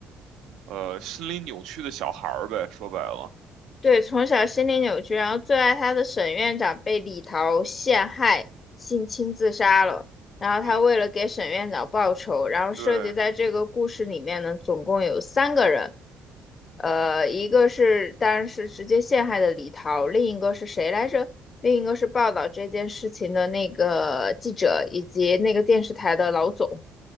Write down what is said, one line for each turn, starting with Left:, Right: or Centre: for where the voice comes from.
Right: 呃心理扭曲的小孩儿呗，说白了。
Left: 对，从小心理扭曲，然后最爱他的沈院长被李桃陷害，性侵自杀了。然后他为了给沈院长报仇，
Right: 嗯，
Left: 然后涉及在这个故事里面呢，
Right: 对，
Left: 总共有三个人，呃，一个是当然是直接陷害的李桃，另一个是谁来着？另一个是报道这件事情的那个记者，以及那个电视台的老总，